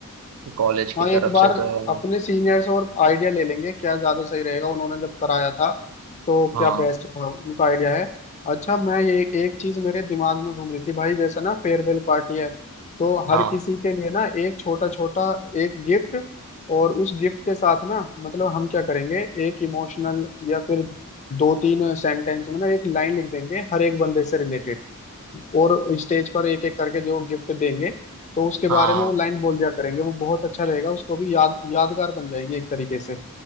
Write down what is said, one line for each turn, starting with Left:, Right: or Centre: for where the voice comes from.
Right: कॉलेज
Left: हाँ
Right: की
Left: एक
Right: तरफ
Left: बार
Right: से तो है नहीं
Left: अपने सीनियर से और आइडिया ले लेंगे क्या ज्यादा सही रहेगा उन्होंने जब कराया था तो
Right: हाँ
Left: क्या बेस्ट था उनका आइडिया है अच्छा मैं ये एक चीज मेरे दिमाग में घूम रही थी भाई जैसे ना फेयरवेल पार्टी है तो
Right: हाँ
Left: हर किसी के लिए ना एक छोटा छोटा एक गिफ्ट और उस गिफ्ट के साथ ना मतलब हम क्या करेंगे एक इमोशनल या फिर दो तीन सेंटेंस में ना एक लाइन लिख देंगे हर एक बंदे से रिलेटेड और स्टेज पर एक एक करके जो गिफ्ट देंगे तो उसके
Right: हाँ
Left: बारे में वो लाइन बोल दिया करेंगे वो बहुत अच्छा रहेगा उसको भी याद यादगार बन जाएगी एक तरीके से